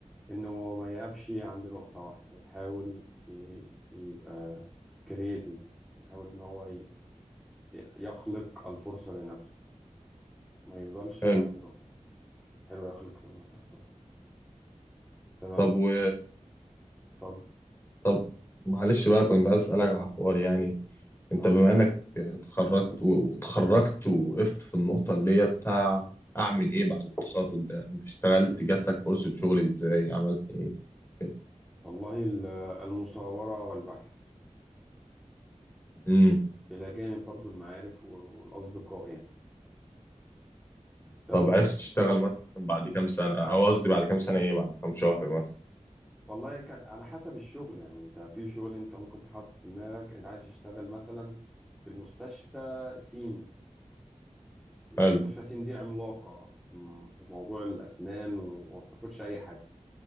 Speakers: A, in the centre; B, on the left.
A: انه ما يقفش عند نقطة واحدة يحاول ي- يبقى كرييتيف يحاول ان هو ي- يخلق الفرصة لنفسه ما يفضلش
B: حلو
A: عند نقطة حلو يخلق لنفسه فرصة تمام
B: طب و
A: واتفضل
B: طب معلش بقى كنت عايز اسالك على حوار يعني انت
A: تمام.
B: بما انك اتخرجت واتخرجت وقفت في النقطة اللي هي بتاع اعمل ايه بعد التخرج ده انت اشتغلت جات لك فرصة شغل ازاي عملت ايه كده
A: والله ال- المثابرة والبحث
B: امم
A: إلى جانب برضو المعارف والأصدقاء يعني تمام
B: طب عرفت تشتغل مثلا بعد كام سنة او قصدي بعد كام سنة ايه بعد كام شهر مثلا
A: والله ك- على حسب الشغل يعني أنت في شغل أنت ممكن تحط في دماغك أنت عايز تشتغل مثلا في المستشفى سين الس- مستشفى
B: حلو
A: سين دي عملاقة في م- في موضوع الأسنان وما بتاخدش أي حد